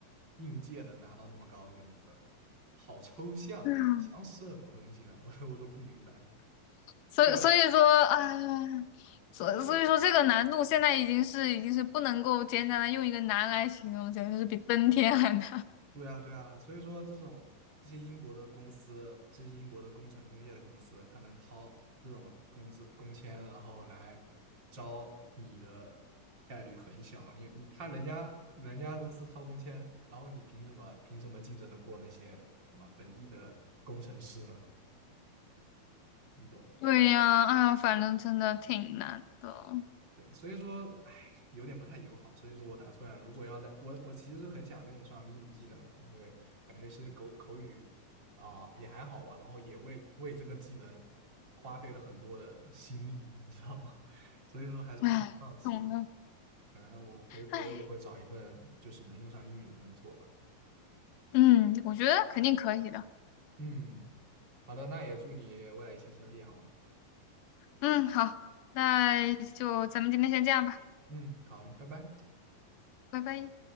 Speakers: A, on the right; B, on the left.
A: 应届能拿到那么高的工资，好抽象啊！
B: 嗯，
A: 想什么东西呢？<laughs> 我我都不明白。
B: 所以所以说，
A: 对啊，
B: 哎呀所所以说这个难度现在已经是已经是不能够简单的用一个难来形容，
A: 就是
B: 简直是比登天还难。
A: 对啊，对啊，所以说这种这些英国的公司，这些英国的工程工业的公司，他能掏这种工资工签，然后来招你的概率很小，因为他人家人家公司掏工签，然后你凭什么凭什么竞争的过那些什么本地的工程师们？你懂吧？
B: 对呀，哎呀，反正真的挺难的，
A: 对，所以说，唉，有点不太友好。所以说我打算，如果要在我我其实是很想用上英语技能的，因为感觉其实口口语啊、也还好吧，然后也为为这个技能花费了很多的心力，你知道吗？<laughs> 所以说还是不想放弃的。
B: 哎，懂了，
A: 可能我回国也会找一份就是能用上英语的工作吧。
B: 哎，嗯，我觉得肯定可以的，
A: 嗯，好的，那也祝你未来一切顺利，好吗？
B: 嗯，好，那就咱们今天先这样吧，
A: 嗯，好，拜拜。
B: 拜拜。